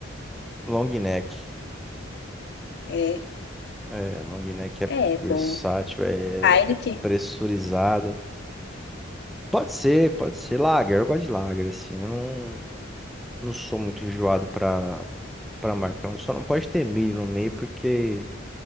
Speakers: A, in the centre; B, on the left.
A: Long neck.
B: É,
A: É, long neck é
B: é bom.
A: versátil, é,
B: Heineken?
A: é pressurizada. Pode ser, pode ser. Lager, eu gosto de lager, assim. Eu não, não sou muito enjoado pra, pra marcão. Só não pode ter milho no meio, porque